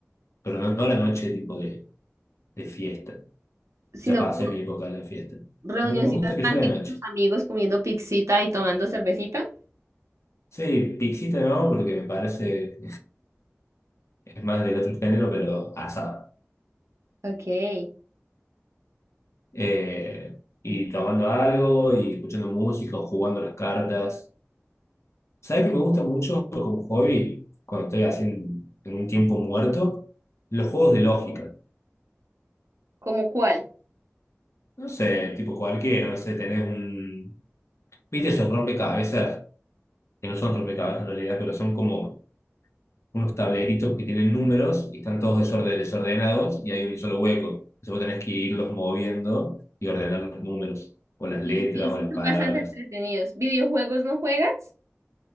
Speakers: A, on the left; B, on the right.
A: pero no, no la noche tipo de, de fiesta.
B: Sino
A: Ya pasé
B: como
A: mi época de la fiesta.
B: reunioncitas
A: Lo que me gusta es que
B: tranqui
A: sea de noche.
B: con tus amigos comiendo pixita y tomando cervecita.
A: Sí, pixita no, porque me parece, es más del otro género, pero asado.
B: Ok. ¿Qué?
A: eh, y tomando algo y escuchando música o jugando las cartas. ¿Sabes que me gusta mucho como hobby cuando estoy así en, en un tiempo muerto? Los juegos de lógica.
B: ¿Cómo cuál?
A: No sé, tipo cualquiera, no sé, tenés un... ¿Viste esos rompecabezas? Que no son rompecabezas en realidad, pero son como unos tableritos que tienen números y están todos desorde- desordenados y hay un solo hueco. Entonces vos tenés que irlos moviendo y ordenar los números, o las
B: Sí,
A: letras,
B: sí, sí,
A: o las
B: son
A: palabras.
B: bastante entretenidos. ¿Videojuegos no juegas?